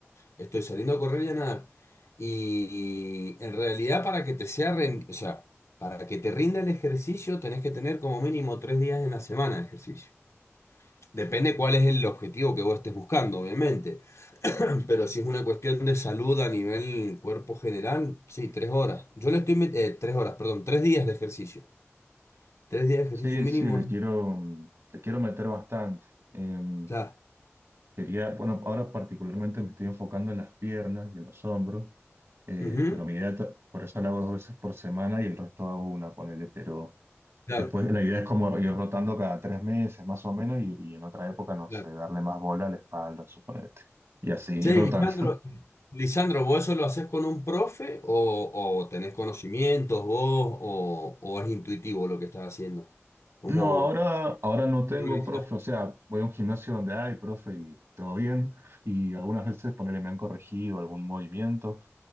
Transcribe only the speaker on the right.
Sí,
sí, le
quiero, le quiero meter bastante. Eh,
Quería, bueno, ahora particularmente me estoy enfocando en las piernas y en los hombros, eh,
pero mi idea, ta- por eso la hago dos veces por semana y el resto hago una, ponele, pero
después la idea es como ir rotando cada tres meses más o menos y, y en otra época, no
sé, darle más bola a la espalda, suponete, y así ir
rotando. <laughs>
No, ahora, ahora no tengo
profe, o sea, voy a un gimnasio donde hay profe y todo bien, y algunas veces ponele me han corregido algún movimiento